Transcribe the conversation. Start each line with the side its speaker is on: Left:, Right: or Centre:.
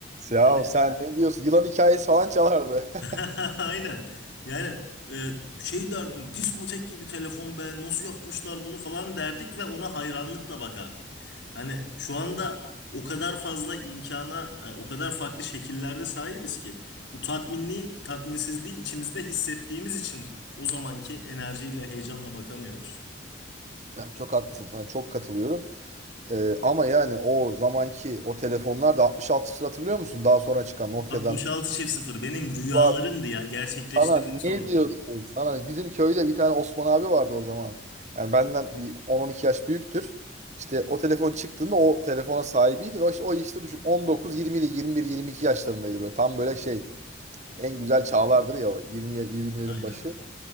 Right: Ya
Left: Hani
Right: sen ne diyorsun? Yılan hikayesi falan çalardı. <laughs>
Left: <laughs> Aynen. Yani e, şey derdim diskotek gibi telefon be nasıl yapmışlar bunu falan derdik ve ona hayranlıkla bakardık. Hani şu anda o kadar fazla imkana e, o kadar farklı şekillerde sahibiz ki bu tatminliği tatminsizliği içimizde hissettiğimiz için o zamanki enerjiyle heyecanla bakamıyoruz.
Right: Ya çok haklısın sana çok katılıyorum. Ee, ama yani o zamanki o telefonlar da 6600 hatırlıyor musun? Daha sonra çıkan Nokia'dan.
Left: 66 çift sıfır benim rüyalarımdı
Right: Var.
Left: ya gerçekleştirdim
Right: Sana
Left: sonra
Right: ne diyorsun?
Left: onu.
Right: Sana bizim köyde bir tane Osman abi vardı o zaman. Yani benden bir 10-12 yaş büyüktür. İşte o telefon çıktığında o telefona sahibiydi ve işte o işte düşün 19 20 ile 21 22 yaşlarındaydı böyle tam böyle şey en güzel çağlardır ya o 20 20'lerin
Left: Aynen
Right: başı.
Left: öyle.